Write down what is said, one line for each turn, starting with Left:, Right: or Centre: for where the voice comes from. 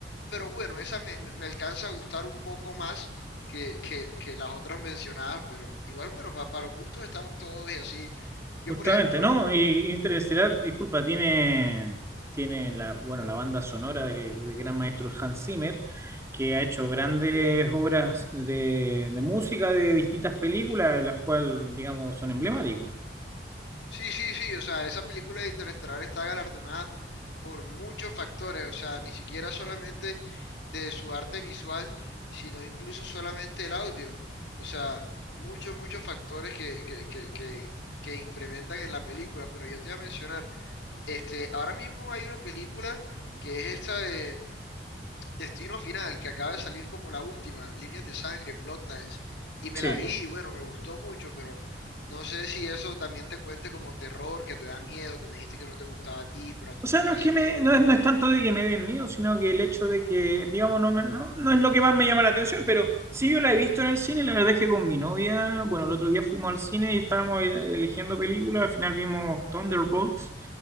Left: pero bueno, esa me, me- me alcanza a gustar un poco más que, que- que las otras mencionadas, pero igual, bueno, pa- para los gustos estamos todos y así. Yo,
Right: Justamente,
Left: por ejemplo,
Right: ¿no? Y Interestelar, disculpa, tiene, tiene la, bueno, la banda sonora del, del gran maestro Hans Zimmer, que ha hecho grandes obras de, de música de distintas películas, las cuales, digamos, son emblemáticas.
Left: Sí, sí, sí, o sea, esa película de Interestelar está galardonada por muchos factores, o sea, ni siquiera solamente de su arte visual, sino incluso solamente el audio, o sea, muchos, muchos factores que, que, que, que, que implementan en la película, pero yo te iba a mencionar, este, ahora mismo hay una película que es esta de Destino Final, que acaba de salir como la última, Líneas de Sangre, Bloodlines, y me
Right: Sí.
Left: la vi y bueno, me gustó mucho, pero no sé si eso también te cuente como terror, que te da miedo, que me dijiste que no te gustaba a ti, pero a tu
Right: O sea,
Left: novia
Right: no es
Left: sí.
Right: que me, no es, no es tanto de que me den miedo, sino que el hecho de que, digamos, no, me- no, no es lo que más me llama la atención, pero sí yo la he visto en el cine, la verdad es que con mi novia, bueno, el otro día fuimos al cine y estábamos eh, eligiendo películas, al final vimos Thunderbolts,